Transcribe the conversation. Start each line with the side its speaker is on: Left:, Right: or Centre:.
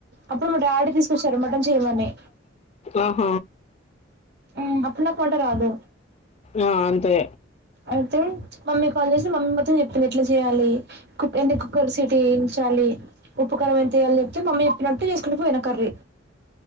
Right: అప్పుడు మా డాడి తీసుకొచ్చారు మటన్ చేయమని
Left: ఆహ
Right: ఉమ్ అప్పుడ్నాక్ వంట రాదు
Left: ఆ అంతే
Right: అయితే మమ్మీ కాల్ చేసి మమ్మీ మొత్తం చెప్పింది. ఎట్లా చెయ్యాలి కుక్ ఎన్ని కుక్ కర్ సీటీయించాలి ఉప్పు, కారం ఎంతేయ్యాలి చెప్తే. మమ్మీ చెప్పినట్టు చేసుకుంటూ పోయిన కర్రీ.